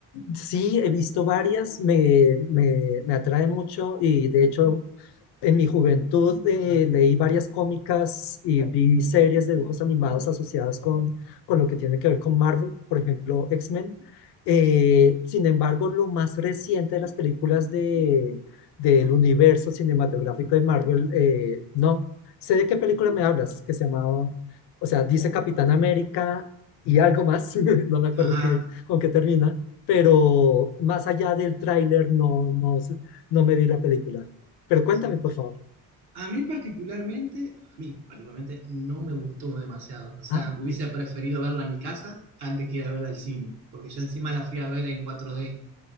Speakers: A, on the left (about 70°); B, on the right (about 65°).
A: sí, he visto varias, me, me, me atrae mucho y de hecho en mi juventud eh, leí varias cómicas y vi series de dibujos animados asociadas con, con lo que tiene que ver con Marvel, por ejemplo, X-Men. Eh, sin embargo, lo más reciente de las películas de, del universo cinematográfico de Marvel, eh, no. Sé de qué película me hablas, que se llamaba, o sea, dice Capitán América y algo más, <laughs> no me acuerdo
B: Ajá,
A: qué, con qué termina, pero más allá del tráiler no, no, no me vi la película. Pero cuéntame,
B: sí.
A: por favor.
B: A mí particularmente, a mí particularmente no me gustó demasiado. O sea,
A: Ah,
B: hubiese preferido verla en mi casa antes que ir a verla al cine, porque yo encima la fui a ver en 4D,